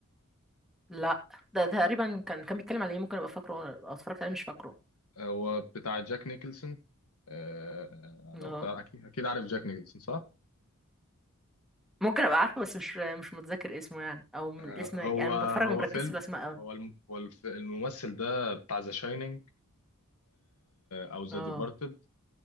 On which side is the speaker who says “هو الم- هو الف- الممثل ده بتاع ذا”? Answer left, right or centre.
Left